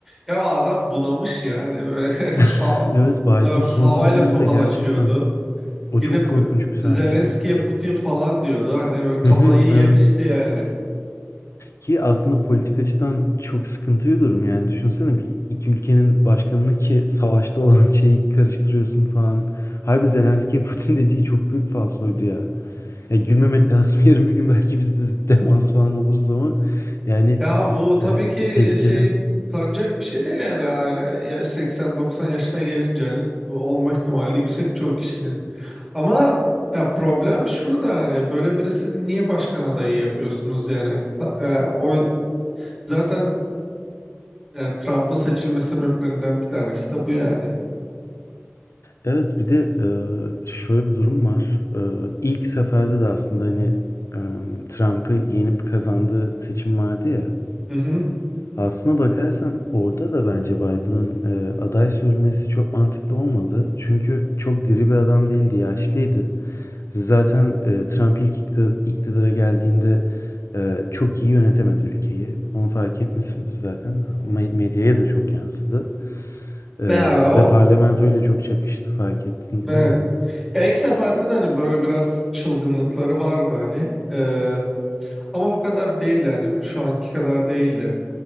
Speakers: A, in the centre; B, on the left.
A: ya adam bunamış yani <laughs> ve
B: <laughs>
A: ha-
B: Evet Biden
A: e, havayla
B: son zamanlarında
A: tokalaşıyordu.
B: gerçekten o
A: Gidip
B: çok korkunç bir sahneydi.
A: Zelenski'ye Putin falan diyordu. Hani böyle kafayı
B: Hı hı, Evet.
A: yemişti yani.
B: Ki aslında politik açıdan çok sıkıntı bir durum yani. Düşünsene bir iki ülkenin başkanını ki savaşta olan <laughs> şeyi karıştırıyorsun falan. Harbi Zelenski'ye <laughs> Putin dediği çok büyük falsoydu ya. Ya gülmemek lazım. <laughs> Yarın bir gün belki biz de demans falan oluruz ama yani
A: Ya bu tabii
B: e,
A: ki
B: tehlikeli.
A: şey tanınacak bir şey değil yani. Ya, ya 80-90 yaşına gelince hani olma ihtimali yüksek çoğu kişinin. Ama ya problem şurada yani böyle birisini niye başkan adayı yapıyorsunuz yani? Ha- e, o zaten e, e, Trump'ın seçilme sebeplerinden bir tanesi de bu yani.
B: Evet bir de e, şöyle bir durum var. E, ilk seferde de aslında hani e, Trump'ı yenip kazandığı seçim vardı ya.
A: Hı hı.
B: Aslına bakarsan orada da bence Biden'ın e, aday sürülmesi çok mantıklı olmadı. Çünkü çok diri bir adam değildi, yaşlıydı. Zaten e, Trump ilk ikti- iktidara geldiğinde e, çok iyi yönetemedi ülkeyi. Onu fark etmişsindir zaten. Me- Medyaya da çok yansıdı. E,
A: Ya o
B: ve parlamentoyla çok çakıştı fark ettin
A: evet.
B: değil mi onu?
A: Ya ilk seferde de hani böyle biraz çılgınlıkları vardı hani. Ee, ama bu kadar değildi hani şu anki kadar değildi.